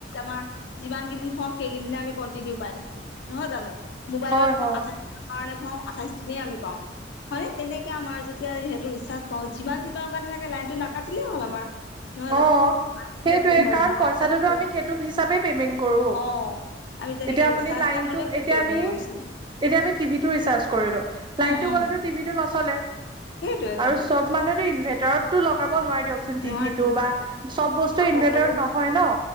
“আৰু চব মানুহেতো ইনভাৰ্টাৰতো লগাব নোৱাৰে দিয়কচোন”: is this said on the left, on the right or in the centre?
Right